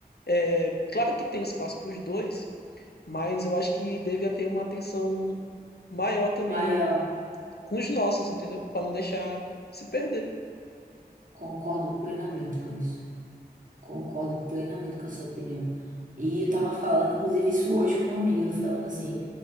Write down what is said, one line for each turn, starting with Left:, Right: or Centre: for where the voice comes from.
Left: É, Claro que tem espaço para os dois, mas eu acho que devia ter uma atenção maior também
Right: Mas, ó,
Left: com os nossos, entendeu? Para não deixar se perder.
Right: concordo plenamente com isso. Concordo plenamente com a sua opinião. E eu tava falando, inclusive, isso hoje com uma amiga, falando assim,